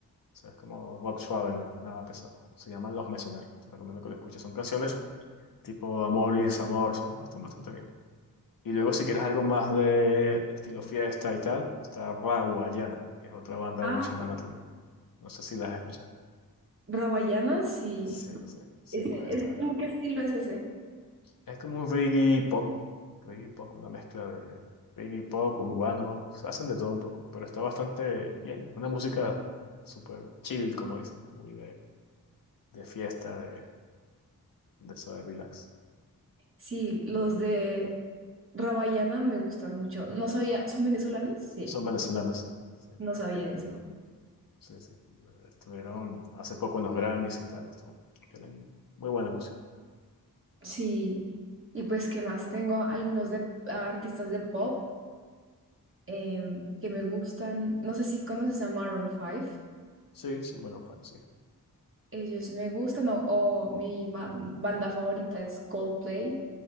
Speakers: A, on the left; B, on the right.
A: sea, es como rock suave, no es nada pesado. Se llaman Los Mesoneros. Te recomiendo que lo escuches. Son canciones tipo amor y desamor. Son bastante, bastante bien. Y luego, si quieres algo más de estilo fiesta y tal, está Raguayana, que es otra banda
B: Ah,
A: venezolana también. No sé si las has escuchado.
B: Rawayana, sí.
A: Sí, sí, sí,
B: Ese,
A: pues
B: ese,
A: está.
B: ¿cómo qué estilo es ese?
A: Es como un reggae pop, reggae pop, una mezcla de reggae pop, urbano. hacen de todo un poco, pero está bastante bien. Es una música súper chill, como dicen, muy de, de fiesta, de, de eso de relax.
B: Sí, los de Rabayana me gustan mucho. No sabía, ¿son venezolanos? Sí,
A: Son venezolanos, eh, sí,
B: no sabía eso.
A: sí, sí. Estuvieron hace poco en los Grammys y tal, esto. Tienen muy buena música.
B: Sí, y pues, ¿qué más? Tengo algunos de ah, artistas de pop em, que me gustan. No sé si conoces a Maroon 5.
A: Sí, sí, bueno, fa- sí.
B: Ellos me gustan, o, o mi ma- banda favorita es Coldplay.